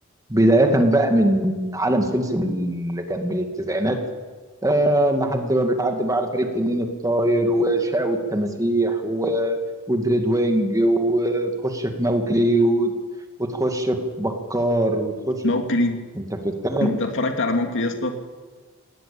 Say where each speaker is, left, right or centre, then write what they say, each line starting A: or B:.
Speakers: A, on the right; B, on the left.
A: بدايه بقى من عالم سمسم اللي كان من التسعينات آه لحد ما بتعدي بقى على فريق تنين الطاير وشاو التماسيح و... ودريد وينج وتخش في موكلي و... وتخش في بكار وتخش
B: موكلي
A: انت بتتكلم
B: أنت اتفرجت على موكلي يا اسطى؟